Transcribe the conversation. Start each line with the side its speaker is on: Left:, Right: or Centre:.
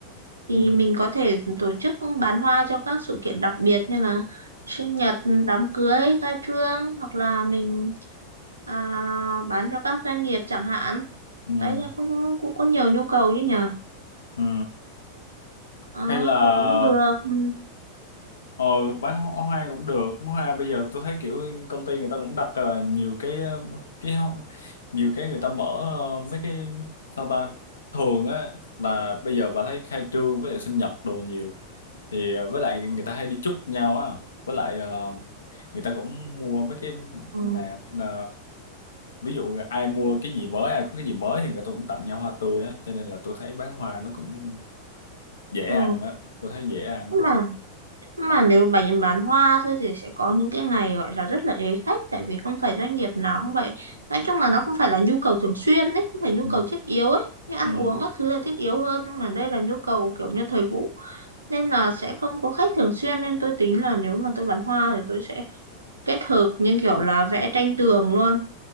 Right: thì
Left: ừ,
Right: mình có thể tổ chức bán hoa cho các sự kiện đặc biệt như là sinh nhật, đám cưới, khai trương hoặc là mình à, bán cho các doanh nghiệp chẳng hạn
Left: ừ.
Right: đấy là cũng cũng có nhiều nhu cầu chứ nhở
Left: ừ.
Right: Ờ,
Left: hay là
Right: thì cũng được ừ,
Left: ờ bán hoa hoa cũng được hoa bây giờ tôi thấy kiểu công ty người ta cũng đặt ờ, nhiều cái ờ, cái ho- nhiều cái người ta mở ờ, mấy cái sao ta thường á là bây giờ bà thấy khai trương với lại sinh nhật đồ nhiều thì ờ, với lại người ta hay đi chúc nhau á với lại ờ, người ta cũng mua mấy cái
Right: ừ.
Left: nè nè, ví dụ ai mua cái gì mới ai có cái gì mới thì người ta cũng tặng nhau hoa tươi á cho nên là tôi thấy bán hoa nó cũng dễ
Right: ừ.
Left: ăn á tôi thấy dễ ăn
Right: Nhưng
Left: á
Right: mà mà nếu bạn bán hoa thôi thì sẽ có những cái ngày gọi là rất là ế khách tại vì không phải doanh nghiệp nào không phải nói chung là nó không phải là nhu cầu thường xuyên ấy không phải nhu
Left: ừ
Right: cầu thiết yếu ấy như ăn
Left: ừ
Right: uống các thứ là thiết yếu hơn nhưng mà đây là nhu cầu kiểu như thời vụ nên là sẽ không có khách thường xuyên nên tôi tính là nếu mà tôi bán hoa thì tôi sẽ kết hợp như kiểu là vẽ tranh tường luôn